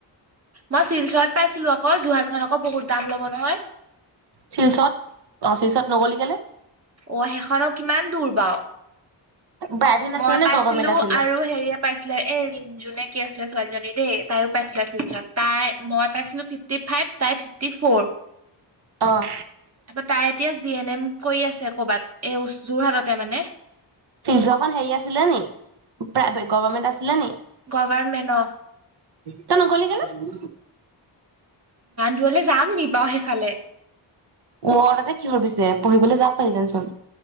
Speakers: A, on the right; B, on the right.
A: মই শিলচৰত পাইছিলো আকৌ যোৰহাৰখন কপ কুত দাম ল'ব নহয়।
B: শিলচৰত অ শিলচৰত নগলি কেলে।
A: অ সেইখনক কিমান দূৰ বাও
B: প্ৰাইভেট আছিলে
A: মই
B: নে
A: পাইছিলো
B: গভৰ্ণমেণ্ট আছিলে?
A: আৰু হেৰিয়ে পাইছিলে এ ৰিণ জোনে কি আছিলে ছোৱালীজনীত তে তাইও পাইছিলে চিলচত তাই মই পাইছিলো। Fifty five. তাই ফিফটি ফৰ
B: অ'
A: ত তাই এতিয়া জি এন এম কৰি আছে ক'বাত এই যোৰহাটত। তে মানে
B: চিখন হেৰি আছিলে নি প্ৰাইভেট গভমেণ্ট আছিলে নি
A: গভৰমেণ্ট অ
B: ত নগ'লি কেলে উ
A: দূৰলৈ যাম নি বাৰু সেইফালে
B: অ তাতে কি ভিছে পঢ়িবলৈ যাম। পাৰ যান চোন।